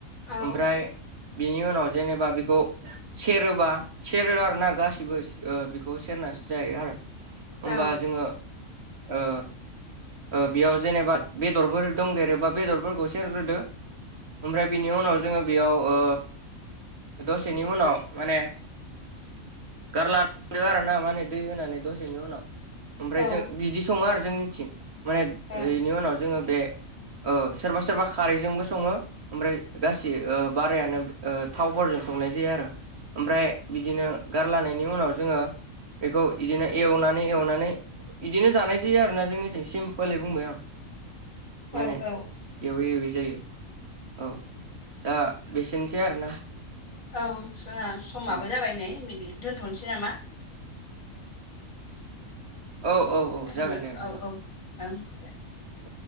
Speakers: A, on the left; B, on the right.
A: औ
B: ओमफ्राय बिनि उनाव जेनेबा बेखौ सेरोबा सेरो आर ना गासिबो बेखौ सेरनासो जायो आरो। होमबा
A: औ
B: जोङो ओ ओ बेयाव जेनेबा बेदरफोर दंदेरोबा बेदरफोरखौ सेरग्रोदो ओमफ्राय बिनि उनाव जोङो बेयाव ओ दसेनि उनाव माने गारला संदो आरोना माने दै होनानै दसेनि उनाव ओमफ्राय
A: औ
B: जो बिदि सङो आरोना जोंनिथिं। माने
A: ओं
B: इनि उनाव जोङो बे औ सोरबा सोरबा खारैजोंबो सङो ओमफ्राय गासै बारायानो थावफोरजों संनाय जायो आरो। ओमफ्राय बिदिनो गारलानायनि उनाव जोङो बेखौ बिदिनो एवनानै एवनानै बिदिनो जानाय जायो आरो ना जोंनिथि सिमपोलै बुंबाय आं
A: औ
B: माने
A: औ
B: एवै एवै जायो औ दा बेसेनोसै आरोना
A: औ सना समाबो
B: औ
A: जाबाय नेै दोनथ'नोसै नामा
B: औ औ औ
A: हेल'
B: जागोन दे नोंथां
A: औ औ ओं दे
B: औ